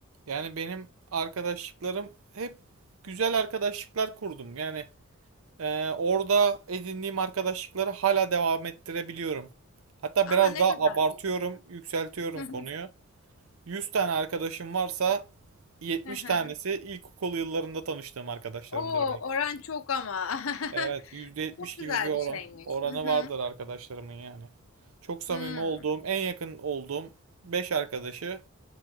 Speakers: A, on the right (about 80°); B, on the left (about 70°).
A: Yani benim arkadaşlıklarım hep güzel arkadaşlıklar kurdum. Yani e, orada edindiğim arkadaşlıkları hala devam ettirebiliyorum. Hatta
B: Aa
A: biraz
B: ne
A: daha
B: kadar
A: abartıyorum,
B: güzel.
A: yükseltiyorum
B: <laughs>
A: konuyu. 100 tane arkadaşım varsa 70
B: Aha.
A: tanesi ilkokul yıllarında tanıştığım arkadaşlarımdır
B: Oo,
A: benim.
B: oran çok ama.
A: Evet,
B: <laughs>
A: yüzde
B: Bu
A: yetmiş
B: çok
A: gibi
B: güzel
A: bir oran
B: bir şeymiş.
A: oranı
B: Hı hı.
A: vardır arkadaşlarımın yani. Çok samimi
B: Hmm.
A: olduğum, en yakın olduğum 5 arkadaşı